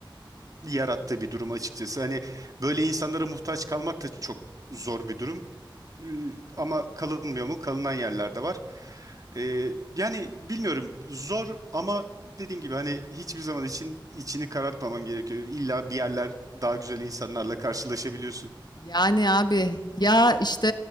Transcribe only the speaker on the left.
Yani abi ya işte